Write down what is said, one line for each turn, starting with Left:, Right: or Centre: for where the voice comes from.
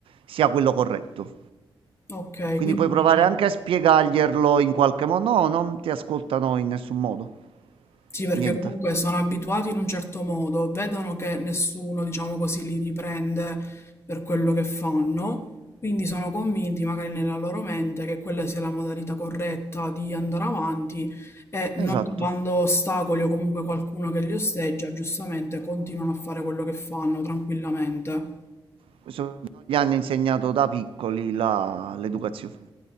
Right: sia quello corretto.
Left: ok,
Right: Quindi
Left: quindi
Right: puoi provare
Left: dice-
Right: anche a spiegarglielo in qualche modo. No, non ti ascoltano in nessun modo.
Left: sì, perché
Right: Niente.
Left: comunque sono abituati in un certo modo, vedono che nessuno, diciamo così, li riprende per quello che fanno, quindi sono convinti magari nella loro mente che quella sia la modalità corretta di andare avanti e non
Right: Esatto.
Left: quando ostacoli o comunque qualcuno che li osteggia, giustamente continuano a fare quello che fanno tranquillamente.
Right: Questo gli hanno insegnato da piccoli la- l'educazione.